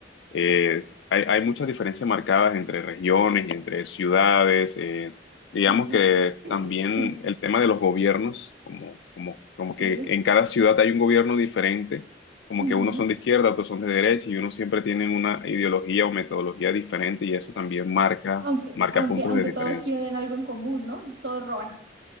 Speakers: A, on the left; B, on the right.
A: Eh, hay, hay muchas diferencias marcadas entre regiones y entre ciudades. eh, digamos
B: Sí,
A: que también
B: mm,
A: el tema de los gobiernos, como, como, como
B: sí.
A: que en cada ciudad hay un gobierno diferente, como
B: ujú.
A: que unos son de izquierda, otros son de derecha y unos siempre tienen una ideología o metodología diferente y eso también marca,
B: Aunque,
A: marca
B: aunque,
A: puntos
B: aunque
A: de diferencia.
B: todos tienen algo en común, ¿no? Todos roban.